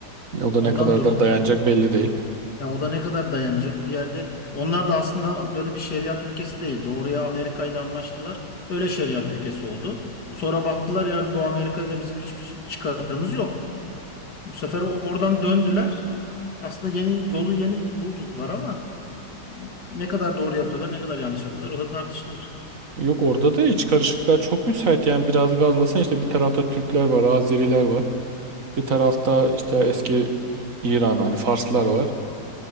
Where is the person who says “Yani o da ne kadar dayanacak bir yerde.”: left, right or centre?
Left